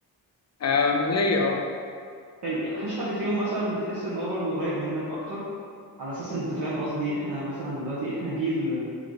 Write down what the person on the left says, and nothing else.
آم ليه اه